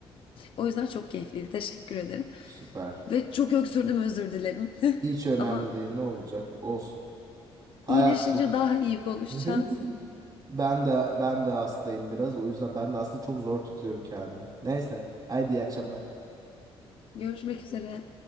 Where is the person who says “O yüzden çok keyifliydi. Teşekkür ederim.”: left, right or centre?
Left